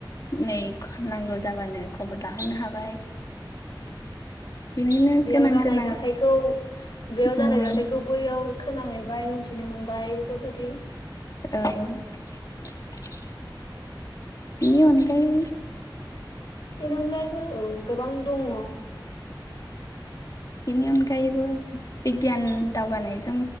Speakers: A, on the left; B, on the left.
A: नै नांगौ जाबानो खबर लाहरनो हाबाय।
B: उम
A: बिनिनो
B: बेयाव
A: गोनां
B: जानाय
A: गोनां
B: जाथायखौ बेयाव
A: उम
B: जानाय जाथायखौ बैयाव खोनाहैबाय मिन्थिनो मोनबाय बेफोरबायदि
A: औ बेनि अनगायै
B: बेनि अनगायैबो औ गोबां दङ'।
A: बेनि अनगायैबो बिगियान दावगानायजों